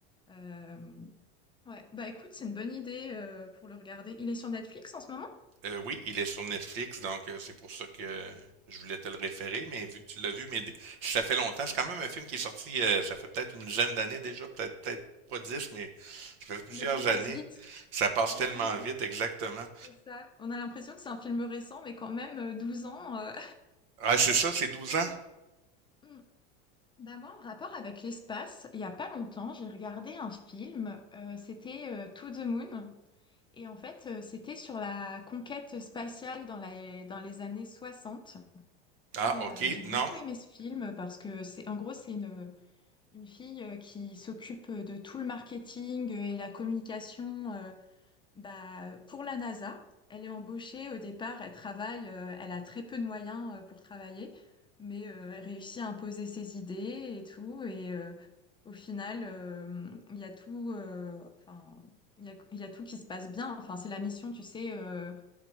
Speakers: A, on the left; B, on the right.
A: Euh, ouais, bah écoute, c'est une bonne idée euh, pour le regarder. Il est sur Netflix en ce moment?
B: Euh, oui, il est sur Netflix, donc euh, c'est pour ça que je voulais te le référer, mais vu que tu l'as vu, mais d- ça fait longtemps. C'est quand même un film qui est sorti, euh, ça fait peut-être une dizaine d'années déjà, peut-être peut-être pas dix, mais ça fait plusieurs
A: Le temps passe
B: années.
A: vite.
B: Ça passe tellement
A: Le temps passe
B: vite, exactement.
A: vite, c'est ça. On a l'impression que c'est un film récent, mais quand même, euh, 12 ans. euh,
B: Ah, c'est ça, c'est 12 ans?
A: <laughs> Oui. Mm. Bah moi, en rapport avec l'espace, il y a pas longtemps, j'ai regardé un film, euh, c'était euh, To the Moon, et en fait, euh, c'était sur la conquête spatiale dans les, dans les années 60.
B: Ah,
A: Et
B: ok,
A: euh, j'ai
B: non.
A: beaucoup aimé ce film parce que c'est, en gros, c'est une, une fille euh, qui s'occupe de tout le marketing euh, et la communication euh, bah, pour la NASA, elle est embauchée au départ, elle travaille, euh, elle a très peu de moyens euh, pour travailler, mais euh, elle réussit à imposer ses idées et tout. Et euh, au final, euh, il y a tout, euh, enfin, il y a, il y a tout qui se passe bien. Enfin, c'est la mission, tu sais, euh,